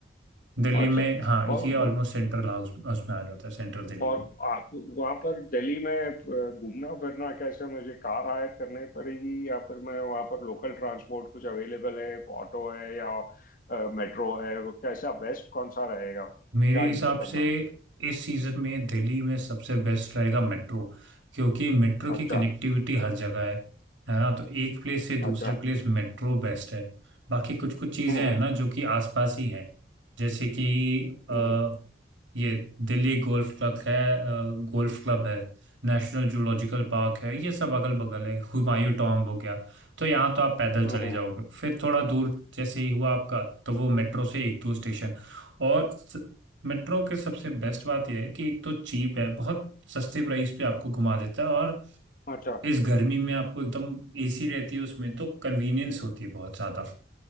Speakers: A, on the right; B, on the left.
A: दिल्ली
B: अच्छा
A: में हाँ
B: और
A: ये
B: वो-
A: ऑलमोस्ट सेंट्रल हाउस उसमें आ जाता है सेंट्रल दिल्ली
B: और
A: में
B: आप वहां पर दिल्ली में अ, घूमना फिरना कैसे मुझे कार हायर करनी पड़ेगी या फिर मैं वहां पर लोकल ट्रांसपोर्ट कुछ अवेलेबल है ऑटो है या मेट्रो है वो कैसा बेस्ट कौन सा रहेगा
A: मेरे
B: क्या
A: हिसाब
B: यूज करना
A: से
B: है
A: इस सीजन में दिल्ली में सबसे बेस्ट रहेगा मेट्रो क्योंकि मेट्रो
B: अच्छा
A: की कनेक्टिविटी हर जगह है है ना तो एक प्लेस से दूसरे
B: अच्छा
A: प्लेस मेट्रो बेस्ट है बाकी कुछ कुछ चीजें
B: हम्म
A: हैं
B: हम्म
A: ना जो कि आसपास ही हैं जैसे कि अ,
B: हम्म
A: ये दिल्ली गोल्फ क्लब है अ, गोल्फ क्लब है नेशनल जूलॉजिकल पार्क है ये सब अगल बगल है हुमायूं टॉम्ब हो गया तो यहाँ तो आप पैदल
B: हम्म,
A: चले
B: हम्म।
A: जाओगे फिर थोड़ा दूर जैसे ही हुआ आपका तो वो मेट्रो से एक दो स्टेशन और मेट्रो के सबसे बेस्ट बात यह है कि एक तो चीप है बहुत सस्ते प्राइस पे आपको घुमा देता है और
B: अच्छा
A: इस गर्मी में आपको एकदम एसी रहती है उसमें तो कन्वीनियंस होती है बहुत ज़्यादा